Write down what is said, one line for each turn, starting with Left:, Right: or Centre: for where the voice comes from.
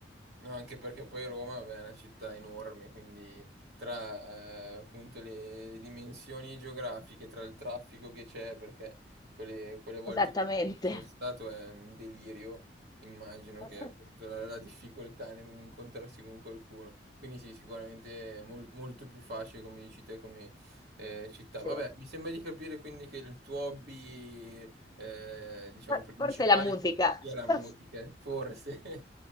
Right: No, anche perché poi Roma vabbè, è una città enorme, quindi tra eh, appunto le, le dimensioni geografiche, tra il traffico che c'è, perché quelle, quelle volte
Left: Esattamente.
Right: che ci sono stato è un delirio, immagino
Left: <laughs>
Right: che appunto la, la difficoltà nell'incontrarsi con qualcuno. Quindi sì, sicuramente è mol- molto più facile, come dici te, come eh, città.
Left: Sì.
Right: Vabbè, mi sembra di capire quindi che il tuo hobby, eh, diciamo,
Left: For-
Right: principale
Left: Forse la musica.
Right: sia la musica,
Left: <laughs>
Right: forse. <laughs>